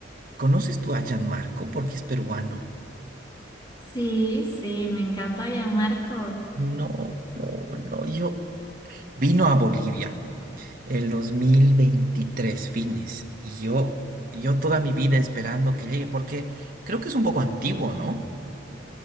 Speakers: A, on the right; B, on the left.
A: ¿conoces tú a Marco? Porque es peruano.
B: Sí, sí, me encanta Gianmarco.
A: No, no, no, yo... Vino a Bolivia el 2023 fines, y yo, yo toda mi vida esperando que llegue, porque creo que es un poco antiguo, ¿no?